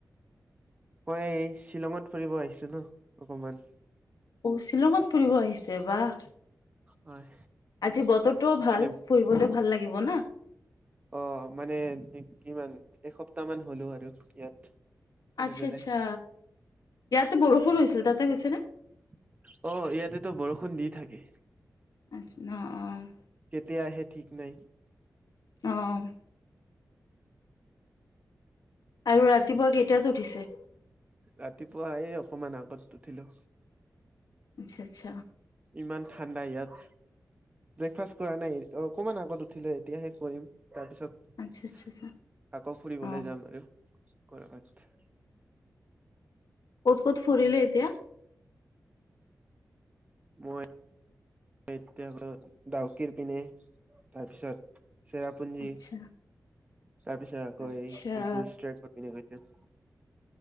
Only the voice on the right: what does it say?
মই শ্বিলঙত ফুৰিব আহিছিলোঁ অকমান
হয়
মানে
অ', মানে কিমান এসপ্তাহ মান হলো আৰু ইয়াত। ঘুৰি
পেলাই
অ', ইয়াতেতো বৰষুণ দি থাকে।
কেতিয়া আহ ঠিক নাই।
ৰাতিপুৱা আহি অকমান আগত উঠিলো।
ইমান ঠাণ্ডা ইয়াত ব্ৰেকফাষ্ট কৰা নাই অ, অকমান আগত উঠিলে এতিয়াহে কৰিম তাৰপিছত
আকৌ ফুৰিবলৈ
যাম আৰু কৰ'বাত।
মই এতিয়া ডাউকীৰ পিনে তাৰপিছত চেৰাপুঞ্জী
তাৰপিছত আকৌ
এই বুল ষ্ট্ৰেক কৰিবলৈ গৈছে এ <unintelligible>